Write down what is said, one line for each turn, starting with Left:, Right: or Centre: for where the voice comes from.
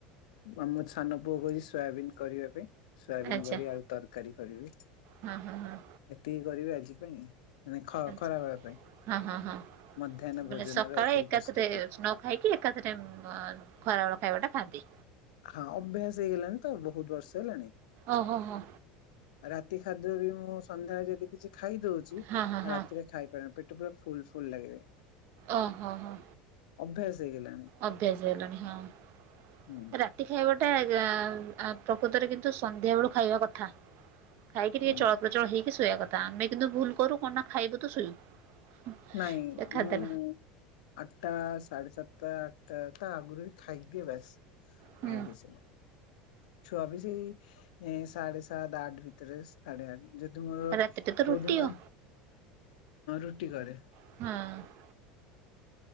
Left: ଆମ ସାନ ପୁଅ କହିଚି ସୋୟାବିନ କରିବା ପାଇଁ। ସୋୟାବିିନ
Right: ଆଚ୍ଛା
Left: ବଡି ଆଳୁ ତରକାରୀ କରିବି
Right: ହଁ ହଁ ହଁ
Left: ଏତିକି କରିବି ଆଜି ପାଇଁ। ମାନେ ଖ
Right: ଆଚ୍ଛା
Left: ଖରା ବେଳ ପାଇଁ
Right: ହଁ ହଁ ହଁ
Left: ମଧ୍ୟାହ୍ନ
Right: ତାପରେ
Left: ଭୋଜନର
Right: ସକାଳେ
Left: ଏତିକି
Right: ଏକାଥରେ
Left: ପ୍ରସ୍ତୁତି।
Right: ଅଚ୍ ନ ଖାଇକି ଏକାଥରେ ଉମ୍ ଅ ଖରାବେଳ ଖାଇବାଟା ଖାଆନ୍ତି?
Left: ହଁ ଅଭ୍ୟାସ ହେଇଗଲାଣି ତ ବୋହୁତ ବର୍ଷ ହେଲାଣି।
Right: ଓହୋ ହୋ।
Left: ରାତି ଖାଦ୍ୟ ବି ମୁଁ ସନ୍ଧ୍ୟାରେ ଯଦି କିଛି ଖାଇଦୋଉଚି ଆଉ
Right: ହଁ ହଁ ହଁ
Left: ରାତିରେ ଖାଇପାରୁନି ପେ ଟ ପୁରା ଫୁଲ ଫୁଲ ଲାଗେ।
Right: ଓହୋ ହୋ।
Left: ଅଭ୍ୟାସ ହେଇଗଲାଣି।
Right: ଅଭ୍ୟାସ ହେଇଗଲାଣି ହଁ
Left: ହୁଁ
Right: ରା ତି ଖାଇବାଟା କଁ ଅଁ ପ୍ରକୃତରେ କିନ୍ତୁ ସନ୍ଧ୍ୟାବେଳୁ ଖାଇବା କଥା। ଖାଇକି ଟିକେ
Left: ହୁଁ।
Right: ଚଳପ୍ରଚଳ ହେଇକି ଶୋଇବା କଥା ଆମେ କିନ୍ତୁ ଭୁଲ କରୁ କଣ ନା ଖାଇବୁ ତ ଶୋଇବୁ।
Left: ନାଇଁ
Right: ଖାଦ୍ୟଟା
Left: ମୁଁ ଆଠଟା ସାଢେ ସାତଟା ଆଠଟା ତ ଆଗରୁ ବି ଖାଇ ଦିଏ ବାସ
Right: ହୁଁ
Left: ଆଉ କିଛି ନୁହଁ। ଛୁଆବି ସେଇ ଏଁ ସାଢ଼େ ସାତ ଆଠ ଭିତରେ ସାଢ଼େ ଆଠ ଯଦି ମୋର
Right: ରାତିଟା ତ ରୁଟି
Left: କୋଉଦିନ
Right: ଆଉ
Left: ରୁଟି କରେ।
Right: ହଁ।